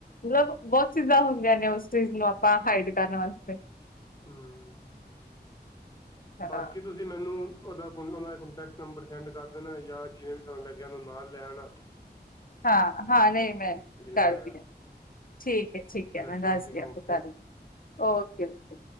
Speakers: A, on the left; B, on the left.
A: ਮਤਲਬ ਬਹੁਤ ਚੀਜ਼ਾਂ ਹੁੰਦੀਆਂ ਨੇ ਉਸ ਚੀਜ਼ ਨੂੰ ਆਪਾਂ ਹਾਈਡ ਕਰਨ ਵਾਸਤੇ
B: ਹਮ
A: ਹਾਂ
B: ਬਾਕੀ ਤੁਸੀਂ ਤੁਸੀਂ ਮੈਨੂੰ ਉਹਦਾ ਉਹਨਾਂ ਦਾ ਕੋਂਟੈਕਟ ਨੰਬਰ ਸੈਂਡ ਕਰ ਦੇਣਾ ਜਾਂ ਜਿਵੇਂ ਵੀ ਤੁਹਾਨੂੰ ਲੱਗਿਆ ਉਹ ਨੂੰ ਨਾਲ ਲੈਣ ਆ ਟ
A: ਹਾਂ ਹਾਂ ਨਹੀਂ ਮੈਂ ਕਰਦੀ
B: ਵੀ ਹੋਇਆ
A: ਆ ਠੀਕ ਹੈ ਠੀਕ
B: ਚਲੋ
A: ਹੈ ਮੈਂ
B: ਠੀਕ
A: ਦੱਸਦੀ
B: ਹੈ
A: ਆਪ
B: ਓਕੇ
A: ਕਰਨ ਓਕੇ ਓਕੇ